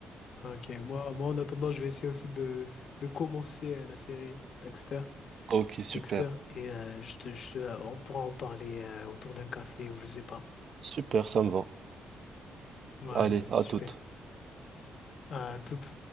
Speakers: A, on the left; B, on the right.
A: Ok, moi, moi en attendant, je vais essayer aussi de, de commencer euh, la série Dexter,
B: Ok, super.
A: Dexter, et euh, je te, je te- on pourra en parler euh, autour d'un café ou je sais pas.
B: Super, ça me va.
A: Vas-y,
B: Allez, à
A: super.
B: toute.
A: À toute.